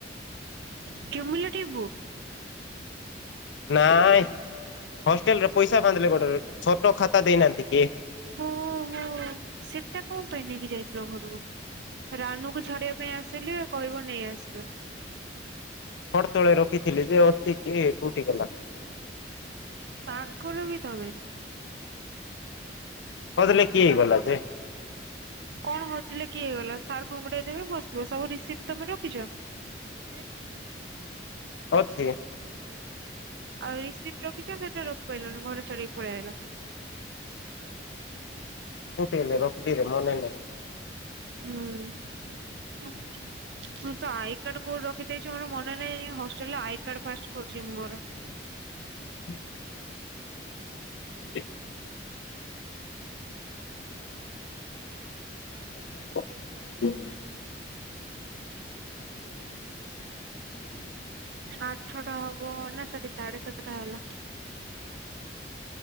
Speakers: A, on the right (about 65°); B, on the left (about 80°).
A: <unintelligible>
B: ନାଇଁ। ହଷ୍ଟେଲରେ ପଇସା <unintelligible> ଛୋଟ ଖାତା ଦେଇନାହାନ୍ତି କି?
A: ଓ ହୋ। ସେଟା କଣ ପାଇଁ ନେଇକି ଯାଇଥିଲ ଘରକୁ? ରାନୁକୁ ଛାଡିବା ପାଇଁ ଆସିଲେ କହିବ ନେଇ ଆସିବେ।
B: ଖଟ୍ ତଳେ ରଖିଥିଲି ଯେ ଅଛି କି କୋଉଠି ଗଲା?
A: ପାଗଳ କି ତମେ।
B: ହଜିଲେ କିଏ ଗଲା ଯେ?
A: କଣ ହଜିଲେ କିଏ ହେଇଗଲା, ସାର୍ ଘୁଙ୍ଗୁଡେଇଦେବେ ବସିଥିବ। ସବୁ ରିସିପ୍ଟ ତମେ ରଖିଚ? <inaudible>
B: ଅଛି।
A: ଆଉ ରିସିପ୍ଟ ରଖିଚ ସେଟା ରଖି ପାରିଲନି ଘରେ ଛାଡିକି ପଳେଇ ଆଇଲ।
B: କୋଉଠି ହେଲେ ରକ୍ତିରେ ମନେ ନାହିଁ।
A: ହୁଁ ମୁତ ଆଇ କାର୍ଡ କୋଉ ରଖି ଦେଇଚି ମୋର ମନେ ନାହିଁ ଏଇନା ହଷ୍ଟେ ହଷ୍ଟେଲରେ ଆଇ କାର୍ଡ ଫାଷ୍ଟ ଖୋଜିମି ମୋର।
B: <inaudible> <inaudible> <inaudible> <unintelligible>
A: ଆଠଟା ହବ ନା ସରି ସାଢେ ସାତଟା ହେଲା‌।